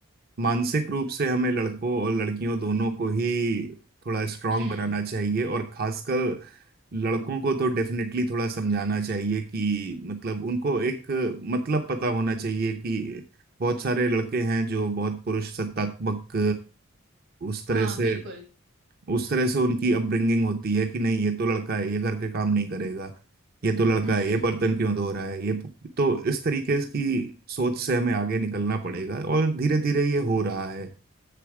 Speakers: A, on the right (about 45°); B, on the right (about 60°).
A: मानसिक रूप से हमें लड़कों और लड़कियों दोनों को ही थोड़ा स्ट्रांग
B: हम्म
A: बनाना चाहिए और खासकर लड़कों को तो डेफिनेटली थोड़ा समझाना चाहिए कि मतलब उनको एक मतलब पता होना चाहिए कि बहुत सारे लड़के हैं जो बहुत पुरुष सत्तात्मक उस तरह
B: हाँ
A: से
B: बिल्कुल
A: उस तरह से उनकी अपब्रिंगिंग होती है कि नहीं ये तो लड़का है ये घर के काम नहीं करेगा ये तो लड़का
B: हम्म
A: है ये बर्तन क्यों धो रहा है ये तो इस तरीके की सोच से हमें आगे निकलना पड़ेगा और धीरे धीरे ये हो रहा है